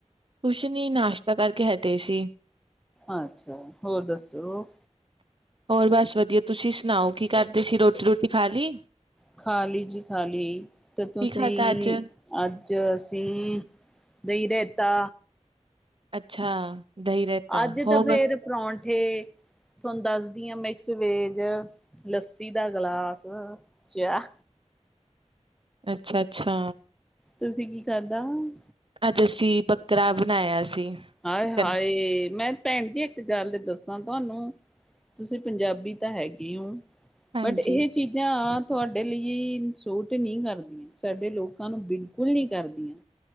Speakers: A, on the right (about 45°); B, in the centre.
A: ਕੁਛ ਨਹੀ, ਨਾਸ਼ਤਾ ਕਰਕੇ ਹਟੇ ਸੀ।
B: ਅੱਛਾ ਹੋਰ ਦੱਸੋ?
A: ਹੋਰ ਬਸ ਵਧੀਆ। ਤੁਸੀਂ ਸੁਣਾਓ ਕੀ ਕਰਦੇ ਸੀ? ਰੋਟੀ- ਰੋਟੀ ਖਾ ਲਈ।
B: ਖਾਲੀ ਜੀ, ਖਾਲੀ ਤੇ
A: ਕੀ
B: ਤੁਸੀਂ
A: ਖਾਧਾ ਅੱਜ
B: ਅੱਜ ਅਸੀਂ ਦਹੀਂ ਰੇਤਾ।
A: ਅੱਛਾ ਦਹੀਂ ਰਾਇਤਾ
B: ਅੱਜ
A: ਹੋਰ
B: ਤਾਂ ਫੇਰ ਪਰੌਂਠੇ। ਤੁਹਾਨੂੰ ਦੱਸਦੀ ਹ ਮਿਕਸ ਵੇਜ ਲੱਸੀ ਦਾ ਗਲਾਸ ਚਾਹ
A: ਅੱਛਾ-ਅੱਛਾ
B: ਤੁਸੀਂ ਕੀ ਖਾਦਾ ਹੂੰਨ
A: ਅੱਜ ਅਸੀ ਬੱਕਰਾ ਬਣਾਇਆ ਸੀ।
B: ਹਾਏ-ਹਾਏ
A: ਚਿਕਨ
B: ਮੈਂ ਭੈਣ ਜੀ ਇੱਕ ਗੱਲ ਦੱਸਾਂ ਤੁਹਾਨੂੰ ਤੁਸੀਂ ਪੰਜਾਬੀ ਤਾਂ ਹੈਗੇ
A: ਹਾਂਜੀ
B: ਬਟ ਇਹ ਚੀਜ਼ਾਂ ਤੁਹਾਡੇ ਲਈ ਸੂਟ ਨਹੀਂ ਕਰਦੀਆਂ। ਸਾਡੇ ਲੋਕਾਂ ਨੂੰ ਬਿਲਕੁਲ ਨੀ ਕਰਦੀਆਂ।